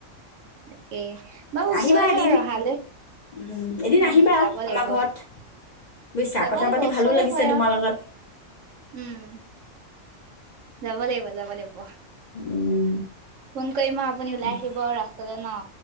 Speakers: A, on the right; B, on the left.
A: এক এ বাৰু ওচৰে
B: আহিবা এদিন।
A: হয় ৰহালে,
B: উম, এদিন
A: উম
B: আহিবা
A: যাব লাগিব
B: আমাৰ ঘৰত বুজিছা
A: যাব
B: কথা
A: লাগিব
B: পাতি
A: ওচৰতে
B: ভালো লাগিছে
A: হয়
B: তোমাৰ
A: আৰু
B: লগত।
A: উম। যাব লাগিব যাব লাগিব।
B: উম,
A: ফোন কৰিম মই আপুনি
B: কি-
A: ওলাই আহিব ৰাস্তালৈ ন।